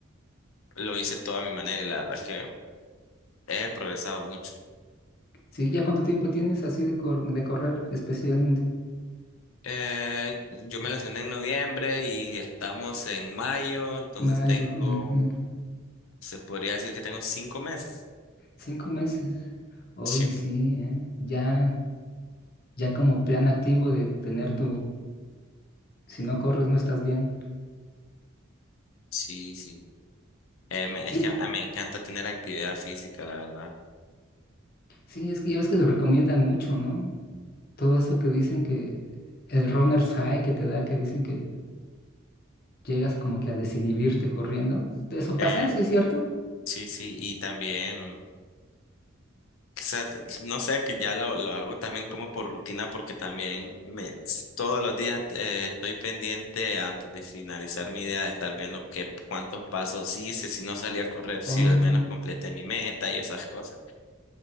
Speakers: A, on the left; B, on the left.
A: lo hice toda a mi manera y la verdad que he progresado mucho.
B: Sí, ¿ya cuánto tiempo tienes así de, cor- de correr especialmente?
A: Eh, yo me lesioné en noviembre y estamos en mayo, entonces
B: Mayo,
A: tengo,
B: ujú,
A: se podría decir que tengo cinco meses.
B: Cinco meses. Hoy
A: Sí,
B: sí, ¿eh? Ya, ya como plan activo de tener tu, si no corres no estás bien.
A: sí, sí. Eh, me-
B: Sí,
A: es que a- me encanta tener actividad física, la verdad.
B: Sí, es que ya ves que lo recomiendan mucho, ¿no? Todo eso que dicen que el runner's high que te da, que dicen que llegas como que a desinhibirte corriendo. ¿Eso
A: Eh,
B: pasa? ¿Sí es cierto?
A: sí, sí, y también, quizás, no sé, que ya lo, lo hago también como por rutina, porque también me, s- todos los días eh, estoy pendiente antes de finalizar mi día de estar viendo qué, cuántos pasos hice, si no salí a correr, si
B: Oh,
A: al menos completé mi meta y esas cosas.